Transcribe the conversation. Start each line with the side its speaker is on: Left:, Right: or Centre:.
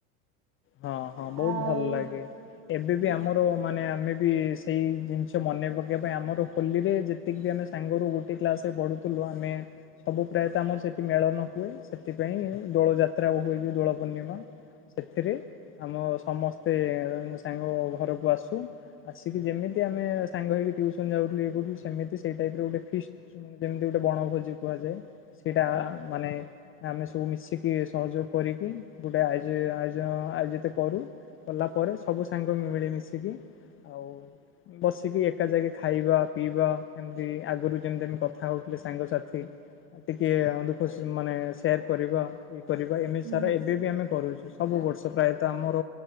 Left: ହଁ, ହଁ ବହୁତ
Right: ଆଉ
Left: ଭଲ ଲାଗେ। ଏବେ
Right: ହୁଁ
Left: ବି ଆମ ତ ମାନେ ଆମେ ବି ସେଇ ଜିନିଷ ମନେ ପକେଇବା ପାଇଁ, ଆମର ହୋଲିରେ ଯେତିକି ବି ଆମେ ସାଙ୍ଗରୁ ଗୁଟେ କ୍ଲାସ୍ ରେ ପଢ଼ୁଥିଲୁ ଆମେ। ସବୁ ପ୍ରାୟତ ଆମର ସେଠି ମେଳନ ହୁଏ। ସେଥିପାଇଁ ଦୋଳଯାତ୍ରା ହୁଏ ଯେ ଦୋଳ ପୂର୍ଣ୍ଣିମା। ସେରେ ଆମ ସମସ୍ତେ ସାଙ୍ଗ ଘରକୁ ଆସୁ। ଆସିକି ଯେମିତି ଆମେ ସାଙ୍ଗ ହେଇକି ଟ୍ୟୁସନ ଯାଉୁଥିଲୁ ଇଏ କରଥିଲୁ ସେମିତି ସେଇ ଟାଇପ୍ ର ଗୋଟେ ଫିଷ୍ଟ। ଯେମିତି ଗୋଟେ ବଣଭୋଜି କୁହାଯାଏ। ସେଇଟା ମାନେ ଆମେ ସବୁ ମିଶିକି ସହଯୋଗ କରିକି ଗୋଟେ ଆୟୋଜ ଆଁ। ଆୟୋଜିତ କରୁ କଲା ପରେ ସବୁ ସାଙ୍ଗ ମିଳିମିଶିକି ଆଉ। ବସିକି ଏକା ଯାଇକି ଖାଇବା ପିଇବା ଏମିତି ଆଗରୁ ଯେମିତି ଆମେ କଥା ହେଉଥିଲେ ସାଙ୍ଗସାଥି। ଟିକେ ଦୁଃଖ ମାନେ ସେୟାର କରିବା। କରିବା ଏମିତି
Right: ହୁଁ
Left: ସାରା ଏବେ ବି ଆମେ କରୁଛୁ ସବୁ ବର୍ଷ ପ୍ରାୟତଃ ଆମର